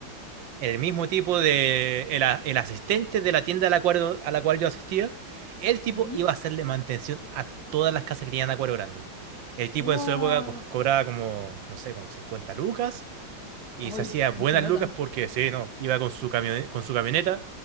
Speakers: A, on the right; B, on the left.
A: el mismo tipo de, el, a- el asistente de la tienda a la cual, a la cual yo asistía, el tipo
B: Ujú.
A: iba a hacerle mantención a todas las casas que tenían acuario grande. El tipo
B: ¡Guau!
A: en su época co- cobraba como, no sé, como 50 lucas y
B: ¡Ay,
A: se hacía buenas
B: mucha plata!
A: lucas porque, sí, no, iba con su camioneta, con su camioneta,